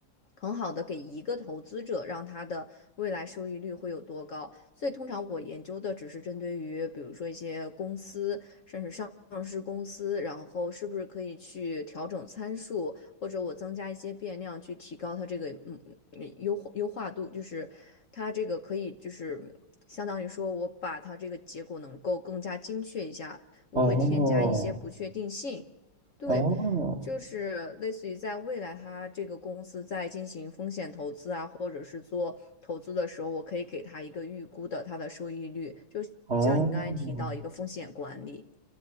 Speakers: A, on the left (about 50°); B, on the right (about 40°).
A: 很好的给一个投资者，让他的未来收益率会有多高。所以通常我研究的只是针对于，比如说一些公司，甚至上市公司，然后是不是可以去调整参数，或者我增加一些变量去提高它这个嗯优优化度，就是它这个可以就是相当于说我把它这个结果能够更加精确一下，我会添加一些不确定性。
B: 哦
A: 对，
B: 哦
A: 就是类似于在未来，它这个公司在进行风险投资啊，或者是做投资的时候，我可以给它一个预估的它的收益率，就像你刚才提到一个风险管理。
B: 哦。